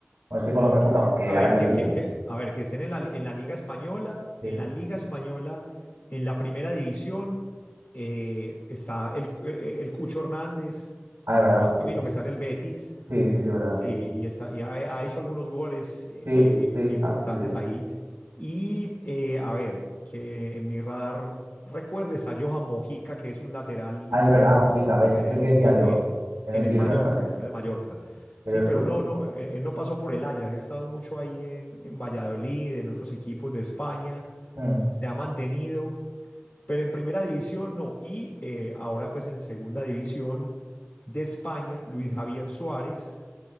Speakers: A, on the right (about 70°); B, on the left (about 45°).
A: O es que Colombia...
B: No, que-
A: Bueno,
B: que-
A: que
B: a ver,
A: ahora que
B: que,
A: lo dices.
B: que- que- a ver, que estén en la, li- en la Liga Española,
A: Sí.
B: en la Liga Española, en la Primera División, eh, está el, Cu- eh, el Cucho Hernández,
A: Ah, es verdad,
B: Juan
A: sí.
B: Camilo, que está en el Betis.
A: Sí, sí, sí, verdad,
B: Sí,
A: sí.
B: y, está, y ha, ha hecho algunos goles eh,
A: Sí,
B: eh,
A: sí,
B: importantes
A: ah, sí, sí.
B: ahí. Y eh, a ver, que en mi radar recuerdes a Johan Mojica, que es un lateral
A: Ah,
B: izquierdo
A: es verdad, Mojica,
B: que está
A: ves,
B: en,
A: es el que decía
B: en-
A: yo,
B: en- en-
A: en
B: en
A: el
B: el
A: Girona,
B: Mallorca,
A: ¿no?
B: que está en el Mallorca.
A: Pero
B: Sí,
A: es
B: pero
A: tú.
B: no, no, eh, él no pasó por el Ajax, ha estado mucho ahí en, en Valladolid, en otros equipos de España,
A: mm.
B: se ha mantenido, pero en primera división no. Y eh, ahora pues en segunda división de España, Luis Javier Suárez